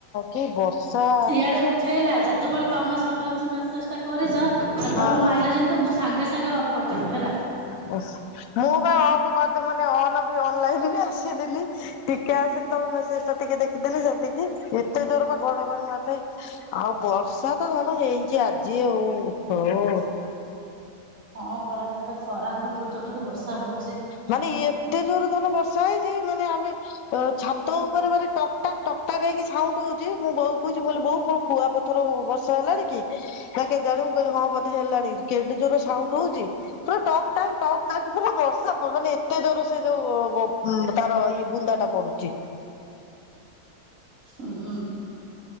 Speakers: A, on the left; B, on the right.
A: କି ବର୍ଷା।
B: ଇଆଡେ ଉଠେଇଲା ଯେତେବେଳେ ତମେ ସଡନ୍ ସେ ମେସେଜ୍ ଟା କରିଚ ସେତେବେଳେ
A: ହଁ
B: ମୁଁ
A: ହଁ
B: ଆଇଲା ଯେମିତି ମୁଁ ସାଙ୍ଗେ ସାଙ୍ଗେ କରଥିଲି ହେଲା।
A: ବାସ ମୁଁ ବା ଅଫ କରିଦେ ମାନେ ଅନ ବି ଅନଲାଇନ ବି ଆସିଲିନି। ଟିକେ ଆସିଲେ ତମ ମେସେଜ ଟା ଟିକେ ଦେଖିଦେଲି ସେତିକି ଏତେ ଜୋର ପା ଘଡଘଡି ମାରୁଥାଏ। ଆଉ ବର୍ଷା ତ ଛାଡ଼ ହେଇଚି ଆଜି ଆଉ ହଉ।
B: ହଁ ପରା ଯେମିତିଆ ଖରାକୁ ବି ଯୋଉ ଚଡ ଚଡ଼ି ବର୍ଷା ହଉଚି।
A: ମାନେ ଏତେ ଜୋର ଧନ ବର୍ଷା ହେଇଚି ମାନେ ଆମେ ଅ ଛାତ ଉପରେ ମାନେ ଟ ଟକ୍ ଟାକ ହେଇକି ସାଉଣ୍ଡ ହଉଚି ମୁଁ ବୋଉ କହୁଚି ମୁଁ କହିଲି ବୋଉ କଣ କୁଆ ପଥର ବର୍ଷା ହେଲାଣି କି? ନା କେ ଜାଣି କହିଲି ହଁ ବୋଧେ ହେଲାଣି କେଡେ ଜୋରେ ସାଉଣ୍ଡ ହଉଚି। ପୁରା ଟକ୍ ଟାକ୍ ଟକ୍ ଟାକ୍ ପୁରା ବର୍ଷ ବର୍ଷା ପବନ ଏତେ ଜୋରରେ ସେ ଯୋଉ ତାର ଇଏ ବୁନ୍ଦା ଟା ପଡୁଚି।
B: ଉଁ ହୁଁ।